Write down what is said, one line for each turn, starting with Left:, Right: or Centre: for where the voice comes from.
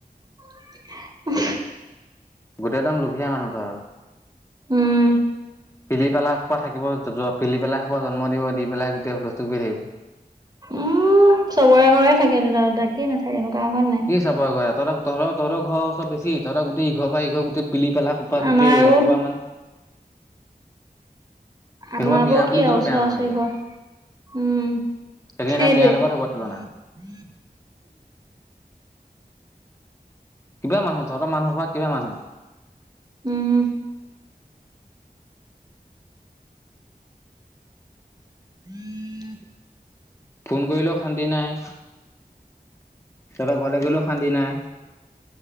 Right: <unintelligible>
Left: গোটেই একদম লোভীয়া মানুহ ধৰ।
Right: উম
Left: পিলি-পেলাশকে থাকিব যোৱা পিলি-পেলাশ সোপা জন্ম দিব, দি পেলাই গোটেই হুলস্থুল কৰি থাকিব।
Right: উম, চবৰে ঘৰে থাকে দুটা-দুটা কি নাথাকেনো কাৰ ঘৰত নাই।
Left: কি চাব ঘৰত। তই তহঁতৰ-তহঁতৰ ঘৰ ওচৰত বেছি, তহঁতৰ গোটেই ই ঘৰৰ পৰা ই ঘৰ গোটেই পিলি-পালা। সোপা গোটেই
Right: আমাৰ আৰু
Left: এসোপা মান।
Right: আমাৰ
Left: এসোপা মিঞা
Right: বোৰ
Left: বুলি
Right: কি
Left: ক'লেও
Right: আৰু ওচৰা-ওচৰি
Left: বেয়া নহয় এতিয়া
Right: ঘৰ উম,
Left: সেইখিনি
Right: সেইটোৱে।
Left: এটা মিঞাৰ লগত হ'ব তুলনা
Right: <unintelligible>
Left: কিবা মানুহ, তহঁতৰ মানুহ সোপা কিবা মানুহ।
Right: উম। <unintelligible>
Left: ফোন কৰিলেও শান্তি নাই। তহঁতৰ ঘৰলে গ'লেও শান্তি নাই।